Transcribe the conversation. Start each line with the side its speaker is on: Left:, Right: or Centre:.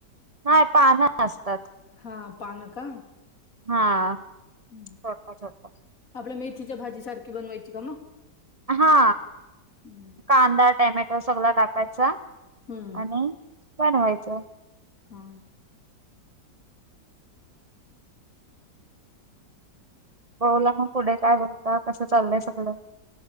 Right: नाही पानं असतात.
Left: हा पान का.
Right: हा
Left: हं.
Right: छोटे छोटे.
Left: आपल्या मेथीच्या भाजी सारखी बनवायची का मग?
Right: हा
Left: हं,
Right: कांदा, टॅमॅटो सगळा टाकायचा.
Left: हं,
Right: आणि बनवायचं
Left: हा
Right: बोला मग पुढे काय म्हणता कसं चाललंय सगळ?